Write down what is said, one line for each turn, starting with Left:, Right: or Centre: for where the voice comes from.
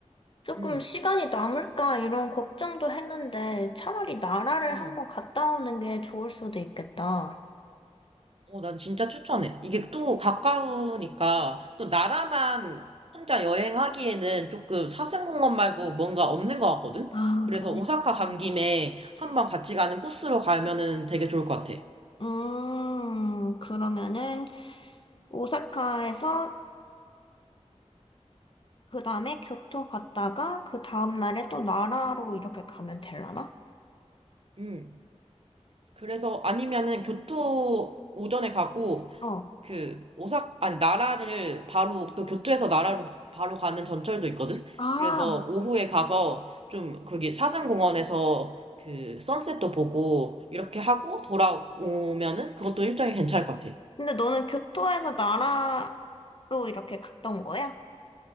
Left: 조금
Right: 음,
Left: 시간이 남을까 이런 걱정도 했는데 차라리 나라를
Right: 음.
Left: 한번 갔다 오는 게 좋을 수도 있겠다.
Right: 어, 난 진짜 추천해. 이게 또 가까우니까 또 나라만 혼자 여행하기에는 조금 사슴공원 말고 뭔가 없는 것 같거든.
Left: 아,
Right: 그래서
Left: 그래.
Right: 오사카 간
Left: 음.
Right: 김에 한번 같이 가는 코스로 가면은 되게 좋을 것 같아.
Left: 음, 그러면은 오사카에서 그 다음에 교토 갔다가 그 다음 날에 또 나라로 이렇게 가면 되려나?
Right: 음. 그래서 아니면은 교토 오전에 가고
Left: 어.
Right: 그 오사 아니 나라를 바로 그 교토에서 나라로 바로 가는 전철도 있거든.
Left: 아,
Right: 그래서 오후에 가서 좀 거기 사슴공원에서 그 선셋도 보고 이렇게 하고 돌아오면은 그것도 일정이 괜찮을 것 같아.
Left: 근데 너는 교토에서 나라로 이렇게 갔던 거야?